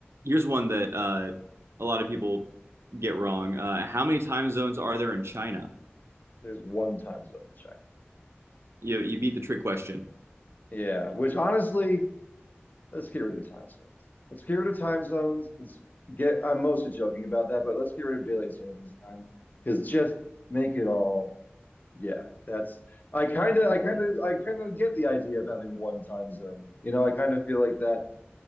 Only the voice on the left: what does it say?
There's one time zone in China.
Yeah, which honestly, let's get rid of time zones. Let's get rid of time zones. Let's get, I'm mostly joking about that, but let's get rid of daylight savings time because just make it all, yeah, that's, I kind of, I kind of, I kind of get the idea of having one time zone. You know, I kind of feel like that,